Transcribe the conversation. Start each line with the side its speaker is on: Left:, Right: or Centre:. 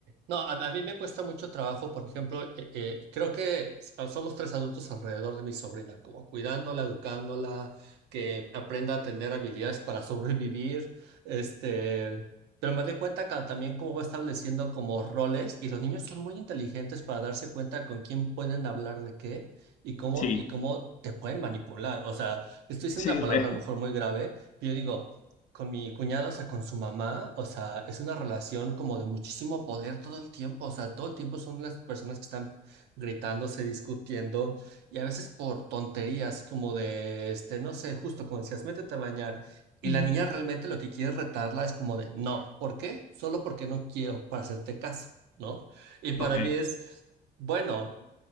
Right: no, a, a mí me cuesta mucho trabajo, por ejemplo, eh, eh, creo que so- somos tres adultos alrededor de mi sobrina, como cuidándola, educándola, que aprenda a tener habilidades para <laughs> sobrevivir, este, pero me doy cuenta ca- también cómo va estableciendo como roles y los niños son muy inteligentes para darse cuenta con quién pueden hablar de qué y cómo,
Left: Sí,
Right: y cómo te pueden manipular. O sea, estoy diciendo
Left: sí,
Right: una palabra
Left: re.
Right: a lo mejor muy grave, pero yo digo... Con mi cuñado, o sea, con su mamá, o sea, es una relación como de muchísimo poder todo el tiempo, o sea, todo el tiempo son las personas que están gritándose, discutiendo, y a veces por tonterías, como de, este, no sé, justo como decías, métete a bañar, y
Left: Mm.
Right: la niña realmente lo que quiere retarla es como de, no, ¿por qué? Solo porque no quiero, para hacerte caso, ¿no? Y para
Left: Ok.
Right: mí es, bueno